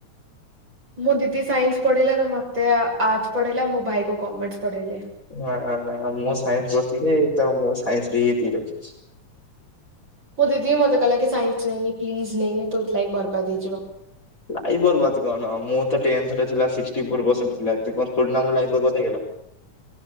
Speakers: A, on the right; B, on the left.
A: ମୋ ଦିଦି ସାାଇନ୍ସ ପଢିଲା, ତ ମତେ ଆର୍ଟସ ପଢେଇଲା ମୋ ଭାଇ କୁ କମର୍ସ ପଢେଇଲେ
B: ନା, ନା, ନା, ମୁଁ ସାଇନ୍ସ ପଢ଼ଥିଲି। ତ, ମୁଁ ସାଇନ୍ସରେ ଏଇ ଏତିକି ରଖିଛି।
A: ମୋ ଦିଦି ବି ମତେ କହିଲା କି ସାଇନ୍ସ ନେନି ପ୍ଲିଜ ନେନି ତୋ ଲାଇଫ ବର୍ବାଦ ହେଇଯିବ।
B: ଲାଇଫ ବର୍ବାଦ କଣ? ମୋର ତ ଟେନ୍ଥ ରେ ଥିଲା ସିକ୍ସଟି ଫୋର ପରସେଣ୍ଟ ଥିଲା। ତେବେ ଥୋଡ଼ିନା ମୋ ଲାଇଫ ବର୍ବାଦ ହେଇଗଲା। <inaudible>